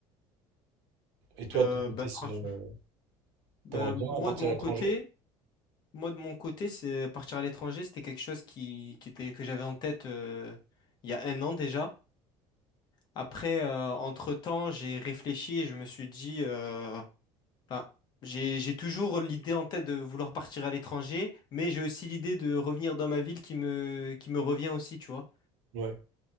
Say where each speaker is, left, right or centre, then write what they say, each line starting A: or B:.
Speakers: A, on the right; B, on the left.
A: Et toi,
B: Euh,
A: de ton côté,
B: bah,
A: sinon,
B: franch-
A: euh,
B: bah,
A: t'aimerais bien
B: moi
A: partir
B: de mon
A: à l'étranger?
B: côté, moi de mon côté, c'est partir à l'étranger, c'était quelque chose qui, qui était que j'avais en tête euh, il y a un an déjà. Après, euh, entre-temps, j'ai réfléchi et je me suis dit, euh, enfin, j'ai j'ai toujours l'idée en tête de vouloir partir à l'étranger, mais j'ai aussi l'idée de revenir dans ma ville qui me qui me revient aussi, tu vois.
A: Ouais.